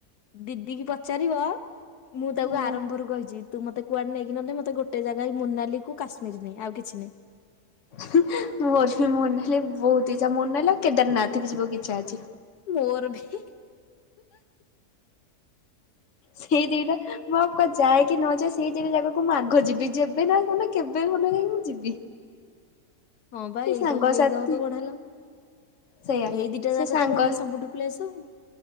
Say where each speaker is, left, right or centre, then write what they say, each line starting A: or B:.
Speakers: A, on the left; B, on the left.
A: ଦିଦି କି ପଚାରିବ ମୁଁ ତାକୁ
B: ହଁ
A: ଆରମ୍ଭରୁ କହିଛି। ତୁ ମତେ କୁଆଡେ ନେକି ନନେ ମତେ ଗୋଟେ ଜାଗାଏ ମୋନାଲି କୁ କାଶ୍ମୀର ନେ ଆଉ କିଛି ନାଇଁ।
B: ହୁଁ ମୋର ବି ମୋନାଲି ବହୁତ ଇଛା ମୋନାଲି ଆଉ କେଦାରନାଥ କୁ ଯିବକୁ ଇଚ୍ଛା ଅଛି।
A: ମୋର ଭି।
B: ସେଇ ଦିଟା। ମୁଁ ଆଉ କୁଆଡେ ଯାଏ କି ନଯାଏ ସେଇ ଦିଟା ଜାଗାକୁ ମୁଁ ଆଗ ଯିବି। ଯେବେ ନା ହୁନା କେବେ ହୁନ ମାନେ ମୁଁ ଯିବି।
A: ହଁ ପା
B: ସେ
A: ଏଇତକ
B: ସାଙ୍ଗସାଥି
A: ଏଇତକ ତ ବଢ଼ିଆ ଲା
B: ସେଇଆ
A: ଏଇ ଦିଟା
B: ସେ
A: ଜାଗା
B: ସାଙ୍ଗ
A: ତ ବଢିଆ ସବୁଠୁ ପ୍ଲେସ ଆଉ।